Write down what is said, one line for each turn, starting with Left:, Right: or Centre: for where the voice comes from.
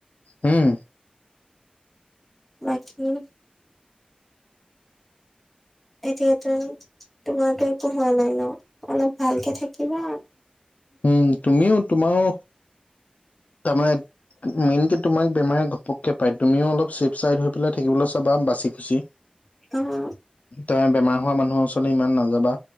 Left: হুম
Centre: বাকী এতিয়াতো তোমাৰতো একো হোৱা নাই ন' অলপ ভালকে থাকিবা।
Left: উম, তুমিও তোমাৰো তাৰমানে মেইন কে তোমাক বেমাৰে ঘপকে পায়, তুমিও অলপ চেফ চাইড হৈ পেলাই থাকিবলৈ চাবা বাচি খুচি।
Centre: অ',
Left: তেওঁ বেমাৰ হোৱা মানুহৰ ওচৰলৈ ইমান নাযাবা,